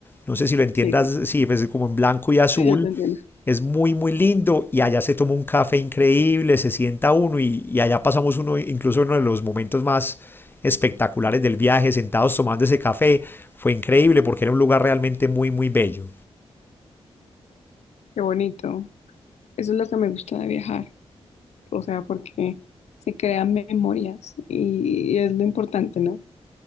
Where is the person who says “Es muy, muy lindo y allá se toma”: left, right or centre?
Left